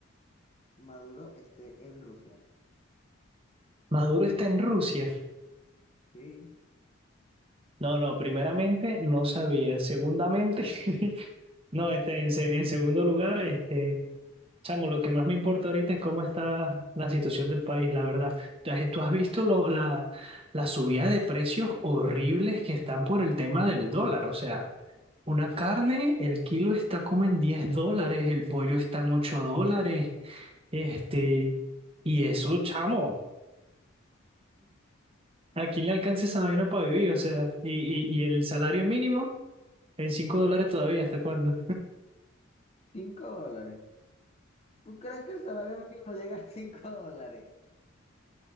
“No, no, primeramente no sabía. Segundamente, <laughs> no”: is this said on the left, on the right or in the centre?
Right